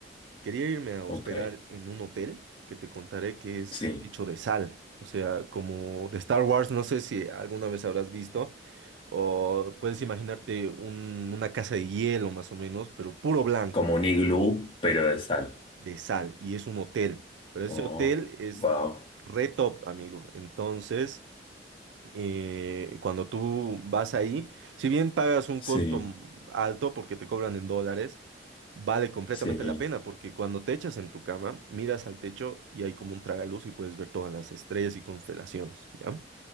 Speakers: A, on the right; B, on the left.
A: Quería irme a hospedar
B: Ok.
A: en un hotel que te contaré que es
B: Sí,
A: hecho de sal, o sea, como de Star Wars, no sé si alguna vez habrás visto, o puedes imaginarte un- una casa de hielo más o menos, pero puro blanco,
B: como un iglú, pero de sal.
A: de sal, y es un hotel, pero ese
B: Oh,
A: hotel es
B: wow.
A: re top, amigo. Entonces... eh, cuando tú vas ahí, si bien pagas un
B: Sí,
A: costo m- alto porque te cobran en dólares, vale completamente
B: sí,
A: la pena porque cuando te echas en tu cama, miras al techo y hay como un tragaluz y puedes ver todas las estrellas y constelaciones, ¿ya?